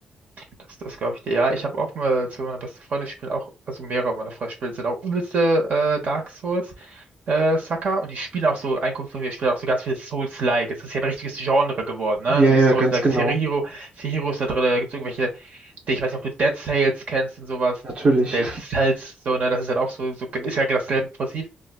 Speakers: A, on the right (about 60°); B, on the right (about 45°).
A: Das, das glaube ich dir. Ja, ich habe auch mal zu meiner besten Freundin spielen auch, also mehrere meiner Freunde spielen, sind auch übelste äh, Dark Souls äh, Sucker und die spielen auch so, ein Kumpel von mir spielt auch so ganz viel Souls-like. Es ist ja ein richtiges Genre geworden, ne?
B: Ja,
A: So
B: ja,
A: Souls-like,
B: ganz genau.
A: Sekiro, Sekiro ist da drin, da gibt es irgendwelche ich weiß nicht, ob du Dead Sales kennst und sowas.
B: Natürlich.
A: Dead
B: <laughs>
A: Cells, so, ne, das ist halt auch so, so, ist ja dasselbe Prinzip.